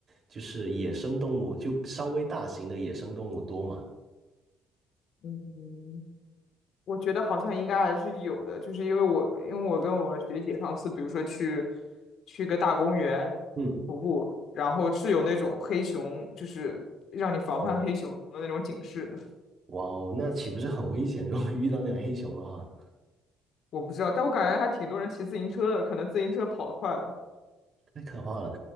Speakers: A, on the right; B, on the left.
A: 就是野生动物，就稍微大型的野生动物多吗？
B: 嗯，我觉得好像应该还是有的，就是因为我因为我跟我学姐上次，比如说去去个大公园
A: 嗯，
B: 徒步，然后是有那种黑熊，就是让你防范黑熊的那种警示的。
A: 哦。哇哦，那岂不是很危险？<laughs> 如果遇到那种黑熊的话，
B: 我不知道，但我感觉还挺多人骑自行车的，可能自行车跑得快吧。
A: 太可怕了。